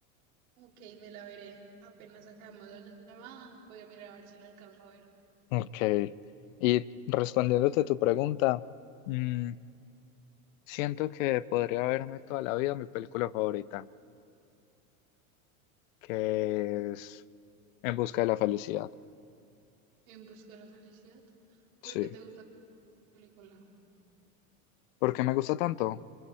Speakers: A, on the right (about 70°); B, on the left (about 65°).
A: Ok, me la veré. Apenas acabemos la llamada, voy a mirar a ver si la alcanzo a ver.
B: Ok, y respondiéndote a tu pregunta, mm, siento que podría verme toda la vida mi película favorita, que es En busca de la felicidad,
A: En busca de la felicidad. ¿Por
B: sí.
A: qué te gusta la película?
B: ¿Por qué me gusta tanto?